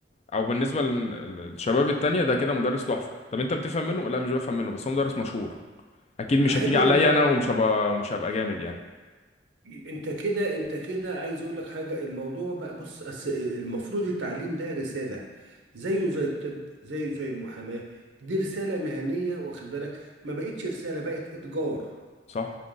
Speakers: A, on the left; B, on the right.
A: او بالنسبه للشباب التانية ده كده مدرس تحفه طب انت بتفهم منه لا مش بفهم منه بس هو مدرس مشهور اكيد مش
B: حلو
A: هتيجي عليا
B: انت
A: انا ومش هبقى ومش هبقى جامد يعني
B: انت كده انت كده عايز اقول لك حاجه الموضوع بقى بص أس- المفروض التعليم ده رساله زيه زي الطب زيه زي المحاماه دي رساله مهنيه واخد بالك ما بقتش رساله بقت اتجار
A: صح